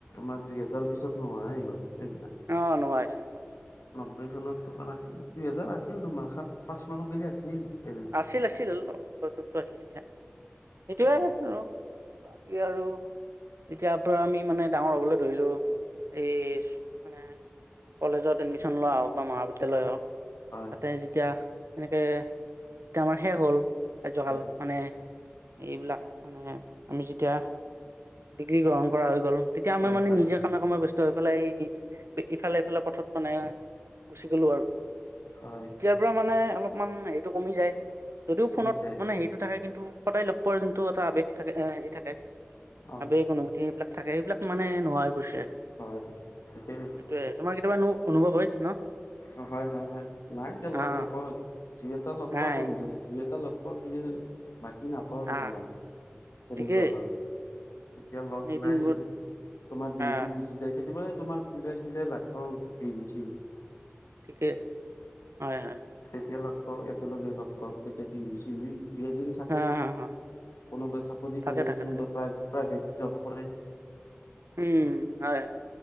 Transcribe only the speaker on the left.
মাক দুই হজাৰ পিছত নোহোৱাই গল। এইবিলাক
নব্বৈ চনত দুই হেজাৰ আছিল তোমাৰ সাত পাঁচ মান গি আছিল এইবিলাক
উম
হয়
হয়
হয়
হয়
হয়
কমিছে
অ
হয় হয় ঠিকে কৈছে
অ' হয় হয় হয় এতিয়া লগ
নাপাওঁ দুই এটা লগ
ক বন্ধু <inaudible> অ <unintelligible> বাকী নাাপওঁ আৰু
তোমাক তেনেকুৱা
লগ এতিয়া লগ
নাই
তোমাৰ দিনটো
গুচি যায়গে কেবাৰে তোমাৰ পূজা চুজাই লাগ ব বিহু শিশু
তিয়া লাগ পা একলগে লাগ পা তেতিয়া ভি বিছিন <unintelligible> দুই এদিন থাকে
কোনোবাই চাকৰি
কৰে
কোনোবাই
প্ৰাই প্ৰাইভেট জব কৰে